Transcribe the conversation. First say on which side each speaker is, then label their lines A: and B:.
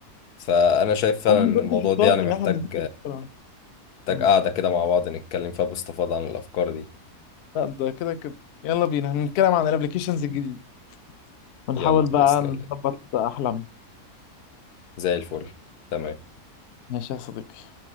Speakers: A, on the left; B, on the left.
A: فانا شايف فعلا
B: احنا
A: ان
B: برضو
A: الموضوع
B: شطار
A: ده يعني
B: في
A: محتاج
B: ان احنا بننتشر بسرعه
A: محتاج
B: مم.
A: قاعده كده مع بعض نتكلم فيها باستفاضه عن الافكار دي
B: لا ده كده كده يلا بينا هنتكلم عن الابلكيشنز الجديده ونحاول
A: يلا بإذن
B: بقى نظبط
A: الله
B: أحلامنا
A: زي الفل تمام
B: ماشي يا صديقي